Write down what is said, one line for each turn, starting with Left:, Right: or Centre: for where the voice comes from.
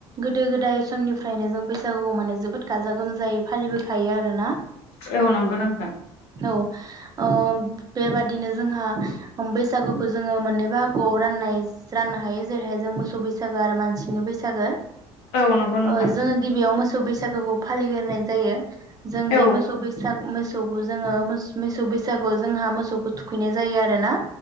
Right: गोदो गोदाय समनिफ्रायनो जों बै बैसागुखौ माने जोबोद गाजा गोमजायै फालिबोखायो आरोना।
Left: औ नंगौ नोंथां।
Right: औ ओ बेबादिनो जोंहा बैसागुखौ जोङो मोनो बाहागोआव राननाय राननो हायो जेरैहाय जों मोसौ बैसागो आरो मानसिनि बैसागो।
Left: औ नंगौ नोंथां
Right: ओ जोङो गिबियाव मोसौ बैसागोखौ फालिग्रोनाय जायो। जों बे
Left: औ
Right: मोसौ बैसाग मोस सौखौ जोङो मोस मेसौ बैसागुआव जोंहा मोसौखौ थुखैनाय जायो आरो ना।